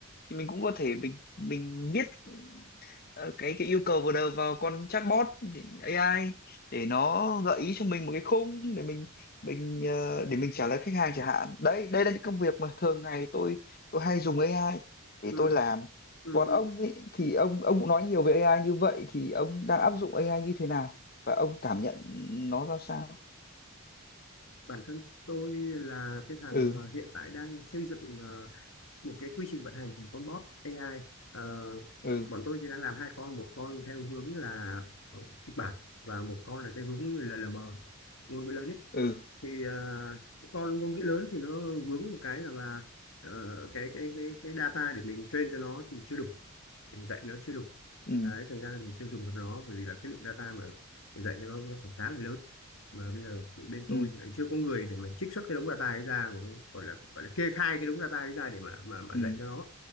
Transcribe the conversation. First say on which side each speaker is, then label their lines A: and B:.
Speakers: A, on the left; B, on the left.
A: thì mình cũng có thể mình mình viết ờ, cái cái yêu cầu vào đầu vào con chatbot thì AI để nó gợi ý cho mình một cái khung để mình mình ờ, để mình trả lời khách hàng chẳng hạn đấy đây là những công việc mà thường ngày tôi tôi hay dùng AI để
B: ừ
A: tôi làm
B: Ừ,
A: còn
B: ừ.
A: ông ấy thì ông ông cũng nói nhiều về AI như vậy thì ông đang áp dụng AI như thế nào và ông cảm nhận nó ra sao
B: Bản thân tôi là cái thằng
A: ừ
B: mà hiện tại đang xây dựng ờ, một cái quy trình vận hành của con bot AI. Ờ,
A: ừ
B: bọn tôi thì đang làm hai con, một con theo hướng là ờ, kịch bản và một con là theo hướng LLM, ngôn ngữ lớn ấy.
A: ừ
B: Thì ờ, cái con ngôn ngữ lớn thì nó vướng một cái rằng là ờ, cái cái cái cái data để mình train cho nó thì chưa đủ. mình dạy nó chưa đủ
A: ừ
B: đấy thành ra là mình chưa dùng được nó bởi vì là cái lượng data mà mình dạy cho nó nó còn khá là lớn mà bây giờ bên tôi
A: ừ
B: thì lại chưa có người để mà trích xuất cái đống data ấy ra mà gọi là gọi là kê khai cái đống data ấy ra để mà mà mà
A: ừ
B: dạy cho nó